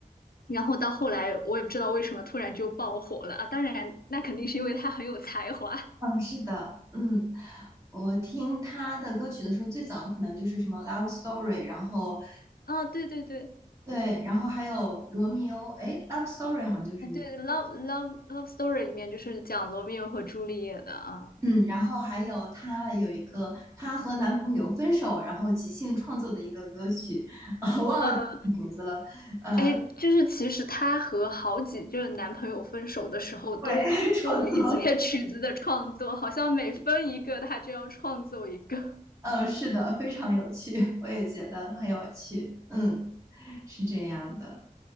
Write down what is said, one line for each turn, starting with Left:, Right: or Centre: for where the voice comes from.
Left: 然后到后来，我也不知道为什么突然就爆火了啊！当然，那肯定是因为她很有才华
Right: 嗯，是的，嗯，我听他的歌曲的时候，最早的可能就是什么《Love Story》，然后
Left: 啊 <laughs>！对对对。
Right: 对，然后还有《罗密欧》，哎，《Love Story》好像就是那个，
Left: 哎，对，Love Love Love Story 里面就是讲罗密欧和朱丽叶的啊。
Right: 嗯，然后还有她有一个她和男朋友分手，然后即兴创作的一个歌曲，<laughs> 我忘了名字了，
Left: 呃，
Right: 呃，
Left: 哎，就是其实她和好几任男朋友分手的时候，
Right: 会
Left: 都做了一些
Right: <laughs> 创作。
Left: <laughs> 曲子的创作，好像每分一个，她就要创作一个。
Right: 呃，是的，非常有趣，<laughs> 我也觉得很有趣。嗯，是这样的。